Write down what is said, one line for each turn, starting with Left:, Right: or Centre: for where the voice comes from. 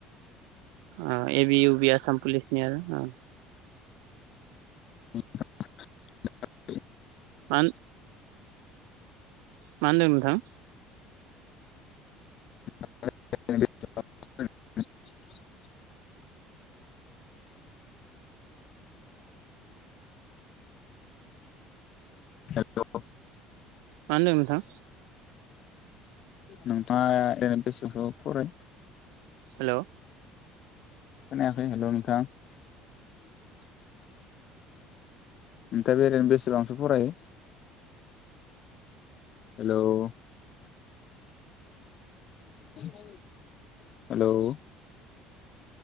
Right: अ ए बि इउ बि आसाम पुलिसनि आरो ओ ।
Left: <unintelligible>
Right: मान मा होनदों नोंथां?
Left: <unintelligible> हेल
Right: मा होनदों नोंथां?
Left: नोंथाङा ओरैनो बेसेसो फराय
Right: हेल
Left: खोनायाखै हेल नोंथां । ओमफाय बेरायनो बेसेबांसो फरायो? हेल' हेल'